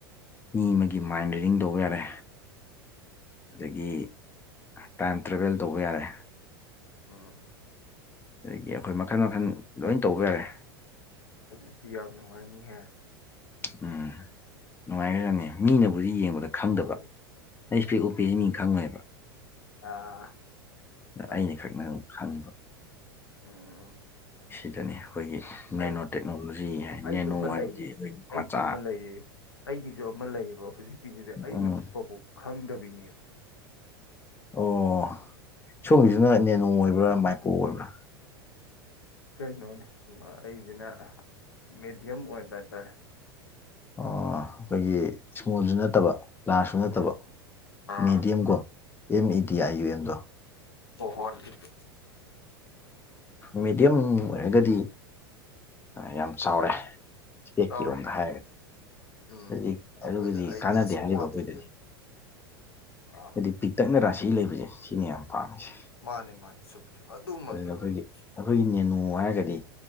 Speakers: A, on the left; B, on the left.
A: ꯃꯤ ꯑꯃꯒꯤ ꯃꯥꯏꯟ ꯔꯤꯗꯤꯡ ꯇꯧꯕ ꯌꯥꯔꯦ ꯑꯗꯒꯤ ꯇꯥꯏꯝ ꯇ꯭ꯔꯦꯕꯦꯜ ꯇꯧꯕ ꯌꯥꯔꯦ
B: ꯎꯝ
A: ꯑꯗꯒꯤ ꯑꯩꯈꯣꯏ ꯃꯈꯟ ꯃꯈꯟ ꯂꯣꯏ ꯇꯧꯕ ꯌꯥꯔꯦ
B: ꯑꯗꯨꯗꯤ ꯌꯥꯝ ꯅꯨꯡꯉꯥꯏꯅꯤꯍꯦ
A: ꯎꯝ ꯅꯨꯡꯉꯥꯏꯈ꯭ꯔꯥꯖꯠꯅꯤ ꯃꯤꯅꯕꯨꯗꯤ ꯌꯦꯡꯕꯗ ꯈꯪꯗꯕ
B: ꯑꯣ
A: ꯑꯩ ꯏꯁꯄꯦꯛ
B: ꯑꯣ
A: ꯎꯞꯄꯦꯁꯤ ꯃꯤ ꯈꯪꯉꯦꯕ
B: ꯑꯥ ꯑꯆꯥ
A: ꯑꯩꯅ ꯈꯛꯅ ꯈꯪꯕ
B: ꯎꯝ ꯎꯝ
A: ꯑꯁꯤꯗꯅꯤ ꯑꯩꯈꯣꯏꯒꯤ
B: ꯑꯩ
A: ꯅꯦꯅꯣ ꯇꯦꯛꯅꯣꯂꯣꯖꯤ ꯍꯥꯏ
B: ꯑꯩꯁꯨ
A: ꯅꯦꯅꯣ
B: ꯑꯃ ꯂꯩꯌꯦ
A: ꯍꯥꯏꯕꯗꯤ ꯑꯩꯈꯣꯏꯒꯤ
B: ꯑꯩꯁꯨ
A: ꯃꯆꯥ
B: ꯑꯃ ꯂꯩꯌꯦ ꯑꯩꯒꯤꯁꯨ ꯑꯃ ꯂꯩꯌꯦꯕ ꯍꯧꯖꯤꯛꯀꯤꯁꯤꯗꯤ ꯑꯩꯅ
A: ꯎꯝ
B: ꯎꯞꯄꯐꯥꯎ ꯈꯪꯗꯕꯤꯅꯦꯃꯦ
A: ꯑꯣ ꯁꯣꯝꯒꯤꯁꯤꯅ ꯅꯦꯅꯣ ꯑꯣꯏꯕ꯭ꯔꯥ ꯃꯥꯏꯀ꯭ꯔꯣ ꯑꯣꯏꯕ꯭ꯔꯥ
B: ꯀꯩꯅꯣꯅꯤ ꯑꯩꯁꯤꯅ ꯃꯦꯗꯤꯌꯝ ꯑꯣꯏꯕ ꯍꯥꯏꯇꯥꯔꯦ
A: ꯑꯩꯈꯣꯏꯒꯤ ꯏꯁꯃꯣꯜꯁꯨ ꯅꯠꯇꯕ ꯂꯥꯔꯖꯁꯨ ꯅꯠꯇꯕ
B: ꯎꯝ ꯑꯥ
A: ꯃꯦꯗꯤꯌꯝ ꯀꯣ M E D I U ꯑꯦꯝꯗꯣ
B: ꯑꯣ ꯍꯣꯏꯦ <inaudible>
A: ꯃꯦꯗꯤꯌꯝ ꯑꯣꯏꯔꯒꯗꯤ ꯌꯥꯝ ꯆꯥꯎꯔꯦ ꯏꯁꯄꯦꯛꯀꯤꯔꯣꯝꯗ
B: ꯆꯥꯎꯔꯦ
A: ꯍꯥꯏꯔꯒꯗꯤ
B: ꯎꯝ
A: ꯑꯗꯨꯗꯤ
B: ꯑꯩꯈꯣꯏꯗꯤ
A: ꯑꯗꯨꯗꯤ
B: ꯑꯩꯗꯤ
A: ꯀꯥꯟꯅꯗꯦ
B: ꯑꯆꯧꯕ
A: ꯍꯥꯏꯔꯤꯕ
B: ꯉꯥꯛꯇꯅꯤ
A: ꯑꯩꯈꯣꯏꯗꯗꯤ
B: ꯂꯩ ꯑꯥ
A: ꯍꯥꯏꯗꯤ ꯄꯤꯛꯇꯛꯅꯔꯥ ꯁꯤ ꯂꯩꯕꯁꯦ ꯁꯤꯅꯤ ꯌꯥꯝ ꯄꯥꯝꯃꯤꯁꯦ
B: ꯃꯥꯅꯦ ꯃꯥꯅꯦ ꯁꯨꯝ ꯁꯨꯝ ꯑꯗꯨꯃꯛꯅꯤ
A: ꯑꯗꯨꯅ ꯑꯩꯈꯣꯏꯒꯤ
B: ꯑꯣꯏꯔꯤꯁꯦ
A: ꯑꯩꯈꯣꯏꯒꯤ ꯅꯦꯅꯣ ꯍꯥꯏꯔꯒꯗꯤ